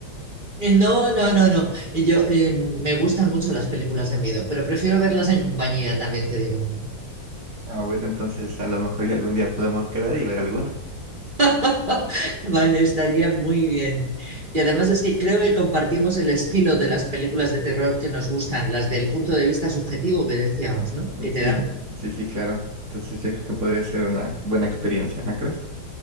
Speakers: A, on the right; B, on the right.
A: Eh, No, no, no, no. Y Yo, eh, me gustan mucho las películas de miedo, pero prefiero verlas en compañía, también te digo.
B: Ah, bueno, entonces a lo mejor ya algún día podemos quedar y ver alguna.
A: <laughs> Vale, estaría muy bien. Y además es que creo que compartimos el estilo de las películas de terror que nos gustan, las del punto de vista subjetivo que decíamos, ¿no? Que
B: Sí,
A: te dan...
B: cl- sí, sí, claro. Entonces yo creo que podría ser una buena experiencia, ¿no crees?